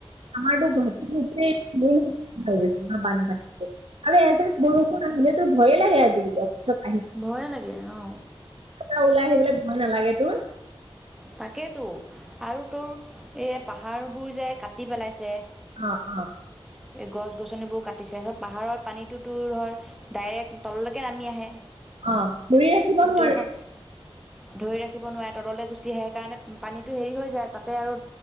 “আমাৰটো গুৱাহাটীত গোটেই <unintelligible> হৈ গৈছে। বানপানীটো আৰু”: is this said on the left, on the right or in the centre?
Right